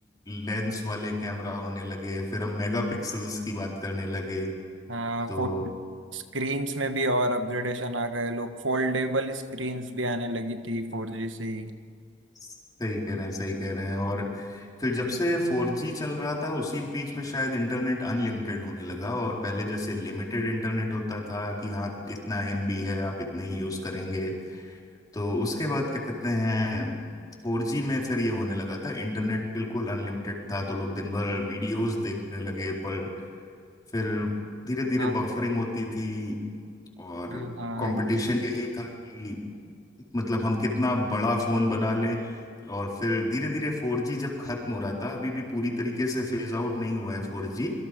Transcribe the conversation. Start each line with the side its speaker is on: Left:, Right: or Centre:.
Left: लेंस वाले कैमरा होने लगे फिर हम मेगा पिक्सल्स की बात करने लगे
Right: हाँ
Left: तो
Right: फोन स्क्रीन्स में भी और अपग्रेडेशन आ गए लोग फोल्डेबल स्क्रीन्स भी आने लगी थी फोर जी से ही
Left: सही कह रहे हैं सही कह रहे हैं और फिर जब से फोर जी चल रहा था उसी बीच में शायद इंटरनेट अनलिमिटेड होने लगा और पहले जैसे लिमिटेड इंटरनेट होता था कि हाँ इतना एमबी है आप इतने ही यूज करेंगे तो उसके बाद क्या कहते हैं फोर जी में फिर ये होने लगा था इंटरनेट बिल्कुल अनलिमिटेड था तो लोग दिन भर वीडियोस देखने लगे पर फिर धीरे धीरे
Right: हाँ
Left: बफरिंग होती थी और
Right: हाँ हाँ
Left: कंपटीशन
Right: ये सब-
Left: यही था कि मतलब हम कितना बड़ा फोन बना लें और फिर धीरे धीरे 4G जब खत्म हो रहा था अभी भी पूरी तरीके से फेज आउट नहीं हुआ है 4G